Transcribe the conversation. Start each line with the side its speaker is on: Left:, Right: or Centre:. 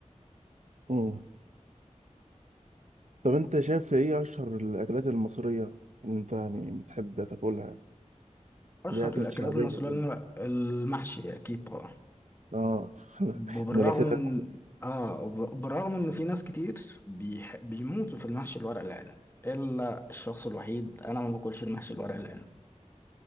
Right: م. طب انت شايف ايه اشهر الاكلات المصريه اللي انت يعني بتحب تاكلها
Left: أشهر
Right: اللي هي اكلات
Left: الأكلات
Right: شعبيه
Left: المصرية
Right: كده
Left: اللي أنا- المحشي أكيد طبعا
Right: اه <laughs>
Left: بالرغم
Right: ده الاخيره
Left: ان اه وب- بالرغم ان في ناس كتير بيح... بيموتوا في المحشي الورق العنب الا الشخص الوحيد انا ما باكلش المحشي الورق العنب